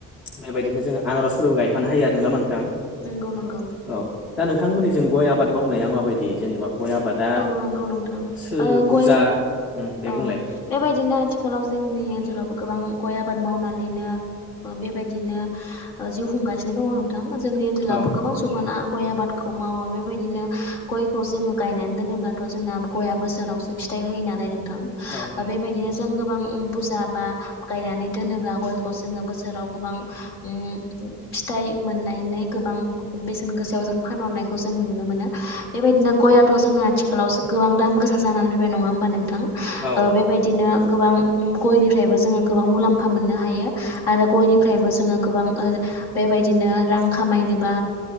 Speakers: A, on the left; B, on the left.
A: बेबायदिनो जोङो आनारसफोरबो गायफानो हायो आरो नङा होमबा नोंथां।
B: नंगौ नंगौ।
A: औ दा नोंथांमोनि जों गय आबाद मावनाया माबायदि जेनेबा गय आबादा
B: औ नंगौ नोंथां
A: सो
B: ओ
A: बुरजा
B: गय
A: उम दे
B: औ
A: बुंलाय
B: बेबायदिनो आथिखालाव जोंनि ओनसोलावबो गोबां गय आबाद मावनानैनो ओ बेबायदिनो ओ जिउ खुंगासिनो दङ नों थां जोंनि ओनसोलावबो
A: औ
B: गोबां सुबुं आनो गय आबादखौ मावो बेबायदिनो गयखौ जोङो गायनानै दोनोब्लाथ' जोंना गया बोसोरावसो फिथाइ होयो नालाय नोंथां
A: औ नंगौ
B: ओ बेबायदिनो जों गोबां बुरजा बा गायनानै दोनोब्ला गयखौ जोङो बोसोराव गोबां उम फिथाइ मोननानै गोबां बेसेन गोसायाव जों फानहरनायखौ जों नुनो मोनो। बेबायदिनो गयाथ' जोंना आथिखालाव गोबां दाम गोसा जानानै फैबाय नङा होमबा नोंथां ओ
A: औ औ नंगौ
B: बेबाय दिनो गोबां गयनिफ्रायबो जोङो गोबां मुलाम्फा मोननो हायो। आरो गयनिफ्रायबो जोङो गोबां ओ बेबायदिनो रां खामायनोबा